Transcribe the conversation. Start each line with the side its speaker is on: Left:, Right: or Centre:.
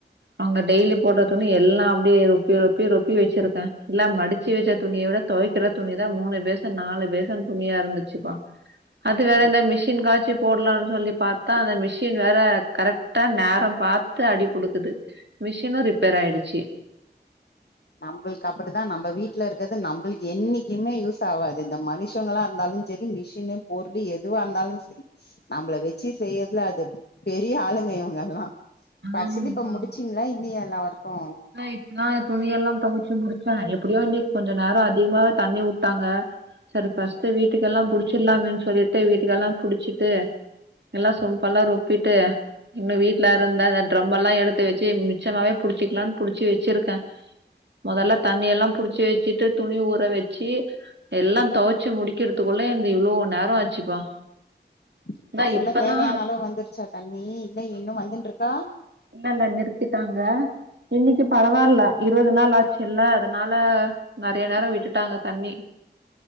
Right: அவங்க டெய்லி போட்ற துணி எல்லா அப்டியே ரொப்பி ரொப்பி ரொப்பி வெச்சிருக்க எல்லா மடிச்சு வைச்ச துணிய விட தொவைக்கிற துணி தா மூணு பேஷன் நாலு பேஷன் துணியா இருந்துச்சுப்பா அது வேற இந்த மிஷ மிஷின் காச்சி போட்லான்னு சொல்லி பாத்தா அந்த மிஷின் வேற கரெக்டா நேரம் பாத்து அடி குடுக்குது மிஷினு ரிப்பேர் ஆயிடுச்சு
Left: நம்பள்க்கு அப்டி தா நம்ம வீட்ல இருக்கறது நம்பள்க்கு என்னைக்குமே யூஸ் ஆகாது இந்த மனுஷங்களா இருந்தாலு செரி மிஷினு பொருளு எதுவா இருந்தாலு செரி நம்மள வெச்சு செய்றதுல அது பெரிய ஆளுங்க இவங்க எல்லா கடைசில
Right: ஆமாப்பா
Left: இப்ப முடிச்சீங்களா இல்லியா எல்லா ஒர்க்கு
Right: இப்பதா துணி எல்லா தொவச்சு முடிச்சே எப்டியோ இன்னிக்கி கொஞ்ச நேர அதிகமாவே தண்ணி உட்டாங்க செரி ஃபஸ்ட்டு வீட்டுக்கெல்லா புடிச்சலாமேன்னு சொல்லிட்டு வீட்டுக்கெல்லா புடிச்சிட்டு எல்லா சொப்பெலா ரொப்பிட்டு இன்னு வீட்ல இருந்த அந்த ட்ரம் எல்லா எடுத்து வெச்சு மிச்சமாவே புடிச்சிக்கலானு புடிச்சி வெச்சிருக்கே மொதல்ல தண்ணியெல்லா புடிச்சு வெச்சிட்டு துணி ஊற வெச்சு எல்லா தொவச்சு முடிக்கிறதுக்குள்ள இந்த இவ்ளோ நேர ஆச்சுப்பா
Left: இப்ப
Right: இந்தா
Left: ஃபுல்லா
Right: இப்பதா
Left: தேவையான அளவு வந்துருச்சா தண்ணி இல்ல இன்னு வந்துட்ருக்கா
Right: இல்லல்ல நிறுத்திட்டாங்க இன்னிக்கி பரவால்ல இருவது நாள் ஆச்சு இல்ல அதனால நெறைய நேரோ விட்டுட்டாங்க தண்ணி